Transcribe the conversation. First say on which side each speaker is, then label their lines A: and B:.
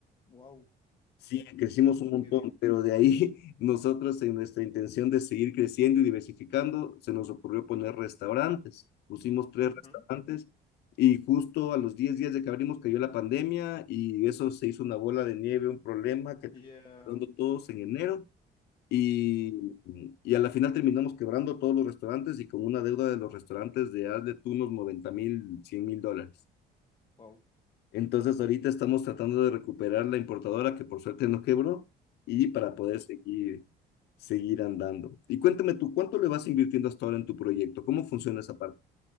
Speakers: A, on the left (about 30°); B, on the left (about 75°).
A: Wow.
B: Sí, crecimos
A: Wow,
B: un montón,
A: qué bien.
B: pero de ahí <laughs> nosotros en nuestra intención de seguir creciendo y diversificando, se nos ocurrió poner restaurantes. Pusimos tres
A: ujú,
B: restaurantes y justo a los 10 días de que abrimos cayó la pandemia y eso se hizo una bola de nieve, un problema que
A: Ya.
B: terminó todos en enero y, y a la final terminamos quebrando todos los restaurantes y con una deuda de los restaurantes de hazle tú unos noventa mil, cien mil dólares.
A: Wow.
B: Entonces ahorita estamos tratando de recuperar la importadora que por suerte no quebró y para poder seguir, seguir andando. Y cuéntame tú, ¿cuánto le vas invirtiendo hasta ahora en tu proyecto? ¿Cómo funciona esa parte?